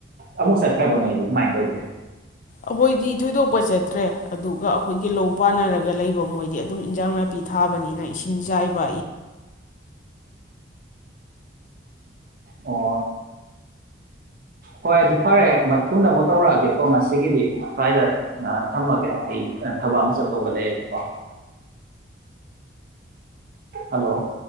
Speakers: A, on the right; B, on the left.
A: ꯑꯃꯨꯛ ꯆꯠꯇ꯭ꯔꯕꯅꯣ ꯑꯩꯗꯤ ꯀꯃꯥꯏꯅ ꯇꯧꯒꯦ
B: ꯑꯩꯈꯣꯏꯗꯤ ꯊꯣꯏꯗꯣꯛꯄ ꯆꯠꯇ꯭ꯔꯦ ꯑꯗꯨꯒ ꯑꯩꯈꯣꯏꯒꯤ ꯂꯧ ꯄꯥꯟꯅꯔꯒ ꯂꯩꯕ ꯃꯣꯏꯗꯤ ꯑꯗꯨꯝ ꯏꯟꯖꯥꯡ ꯅꯥꯄꯤ ꯊꯥꯕꯅꯤꯅ ꯏꯁꯤꯡ ꯆꯥꯏꯕ
A: ꯑꯣ ꯍꯣꯏ ꯑꯗꯨ ꯐꯔꯦ ꯃꯇꯨꯡꯗ ꯑꯃꯨꯛ ꯇꯧꯔꯛꯑꯒꯦꯀꯣ ꯉꯁꯤꯒꯤꯗꯤ ꯁ꯭ꯋꯥꯏꯗ ꯊꯝꯃꯒꯦ ꯑꯩ ꯊꯕꯛ ꯑꯃ ꯆꯠꯇꯧꯕ ꯂꯩꯌꯦꯕꯀꯣ ꯍꯜꯂꯣ